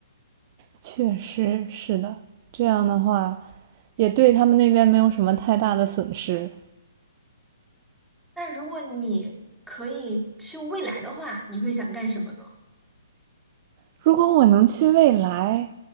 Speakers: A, on the right (about 35°); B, in the centre.
A: 确实是的。这样的话，也对他们那边没有什么太大的损失。
B: 那如果你可以去未来的话，你会想干什么呢？
A: 如果我能去未来，